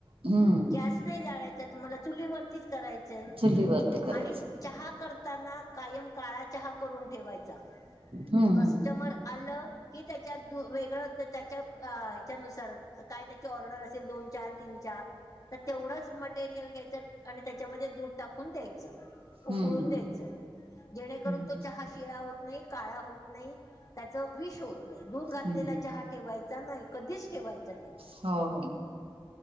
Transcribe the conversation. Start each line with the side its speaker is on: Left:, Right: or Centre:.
Right: हम्म
Left: गॅस नाही जाळायचाय तुम्हाला चुलीवरतीच करायचंय.
Right: चुलीवरती. करायचं
Left: आणि चहा करताना कायम काळा चहा करून ठेवायचा.
Right: हम्म
Left: कस कस्टमर आलं कि त्याच्यात वेगळं त्याच्या ह्याच्यानुसार काय त्याची ऑर्डर असेल दोन चा तीन चा. तर तेवढंच मटेरियल घ्यायचं, आणि त्याच्यामध्ये दूध टाकून द्यायचं.
Right: हम्म
Left: उकळून
Right: हम्म
Left: द्यायचं जेणेकरून
Right: हम्म
Left: तो चहा शिळा होत नाही. काळा होत नाही, त्याच विष होत नाही, दूध घातलेला
Right: हम्म
Left: चहा ठेवायचा नाही कधीच ठेवायच नाही.
Right: हो, हो.